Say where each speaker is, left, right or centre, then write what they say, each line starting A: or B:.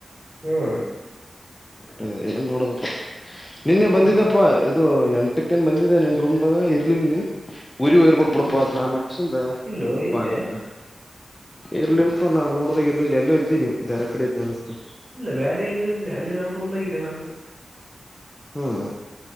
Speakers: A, on the right; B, on the left.
A: ಹ್ಮ್
B: ಅ ಏನ್ ಮಾಡೋದ. ನಿನ್ನೆ ಬಂದಿದಪ್ಪ
A: ಹ್ಮ್
B: ಇದು ಎಂ ಕೆಂದ ಬಂದಿದ್ದ ನಿನ್ ರೂಮ್ಡಾಗ ಇರ್ ನೆನ್ನೆ ಊರಿಗೆ ಹೋಗಿರ್ಬೇಕ
A: ಹ್ಮ್
B: ಬಿಡಪಾ ಅಂತ ನಾ ಮಡಿಕೆಶಿಯಿಂದ
A: ಇಲ್ಲೋ ಇದ್ದೆ
B: ಬಂದೆ ಪಾ. ಇಲ್ಲ ಇಲ್ಲಪಾ ನಾ ನೋಡದಾಗ ಎಲು ಎಲ್ಲೊ ಇದ್ದೀ ನಿ ಬ್ಯಾರೆ ಕಡೆ ಇದ್ದಿ ಅನಸ್ತ.
A: ಇಲ್ಲ ಬೈರೆ ಏಲ್ಲಿ ಇರ್ಲಿ ಅಲ್ಲಿ ನಮ ರೂಮ್ದಾಗಿದ್ದೆ ನಾನ.
B: ಹ್ಮ್.